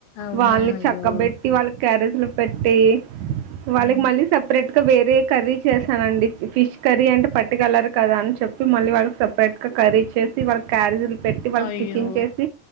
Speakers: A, on the left (about 85°); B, on the right (about 80°).
A: అవునా
B: వాళ్ళని
A: అయ్యో
B: చక్కబెట్టి వాళ్ళు క్యారేజ్లు పెట్టి పె వాళ్ళకి
A: ఉమ్
B: మల్లి సప్ గా వేరే కర్రీ చేశానండి. ఫిష్ కర్రీ అంటే పట్టుకెల్లరు కదా అని చెప్పి, మళ్ళీ వాళ్ళకి సపరేట్ గా కర్రీ చేసి వాళ్ళ క్యారీ పెట్టి వాళ్ళకి
A: అయ్యో
B: టిఫిన్ చేసి